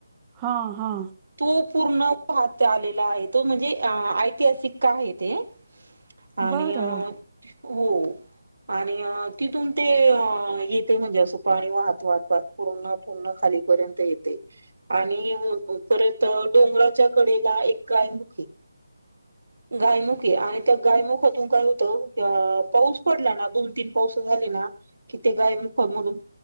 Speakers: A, on the right; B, on the right.
A: हा हा.
B: तो पूर्ण पाहात आलेला आहे तो म्हणजे ऐतिहासिक का आहे ते. आणि
A: बरं
B: अ हो. आणि तिथून ते येते म्हणजे अस पाणी वाहत वाहात भात पूर्ण पूर्ण खालीपर्यंत ते येते आणि परत डोंगराच्या कडेला एक गाय मुखी <inaudible> गायमुखे आणि त्या गायमुखातून काय होतं पाऊस पडला ना दोन तीन पाऊस झाली ना. किथ गायमुखा मदुन